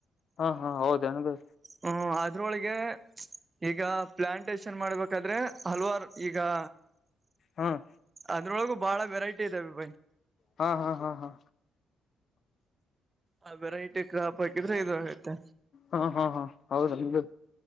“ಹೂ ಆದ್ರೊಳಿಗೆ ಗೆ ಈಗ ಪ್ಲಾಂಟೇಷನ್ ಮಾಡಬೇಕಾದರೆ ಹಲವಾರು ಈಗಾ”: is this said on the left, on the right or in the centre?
Right